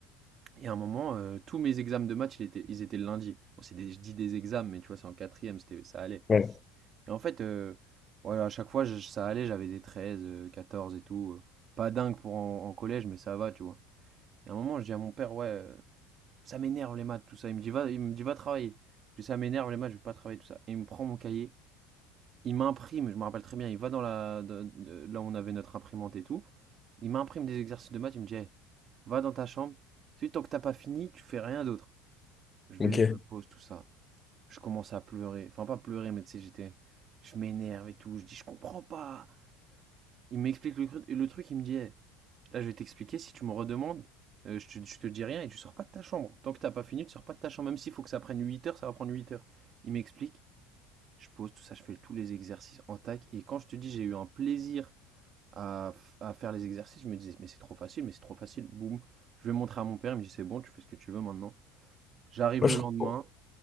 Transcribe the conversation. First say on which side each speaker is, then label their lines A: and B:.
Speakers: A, on the right (about 45°); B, on the left (about 25°).
A: Et à un moment, euh, tous mes examens de maths, ils étaient, ils étaient le lundi. Bon, c'est des- je dis des examens, mais tu vois, c'est en quatrième, c'était, ça allait.
B: ouais,
A: Et en fait, euh, voilà, à chaque fois, je- ça allait, j'avais des 13, euh, 14 et tout. euh. Pas dingue pour en, en collège, mais ça va, tu vois. Et à un moment, je dis à mon père, ouais, euh, ça m'énerve les maths, tout ça. Il me dit, va, il me dit, va travailler. Je dis, ça m'énerve les maths, je veux pas travailler, tout ça. Et il me prend mon cahier, il m'imprime, je me rappelle très bien, il va dans la de- de- là où on avait notre imprimante et tout, il m'imprime des exercices de maths, il me dit Hey, va dans ta chambre, tu sais, tant que t'as pas fini, tu fais rien d'autre. Je
B: ok.
A: vais, je me pose, tout ça. Je commence à pleurer, enfin pas pleurer, mais tu sais, j'étais, je m'énerve et tout, je dis je comprends pas. Il m'explique le, cru- le truc, il me dit Hey, là je vais t'expliquer, si tu me redemandes, euh, je te, je te dis rien et tu sors pas de ta chambre. Tant que t'as pas fini, tu sors pas de ta chambre, même s'il faut que ça prenne 8 heures, ça va prendre 8 heures. Il m'explique, je pose tout ça, je fais tous les exercices en tac. Et quand je te dis, j'ai eu un plaisir à, à faire les exercices, je me disais, mais c'est trop facile, mais c'est trop facile. Boum, je vais montrer à mon père, il me dit, c'est bon, tu fais ce que tu veux maintenant. J'arrive
B: Moi,
A: le
B: je
A: lendemain.
B: comprends.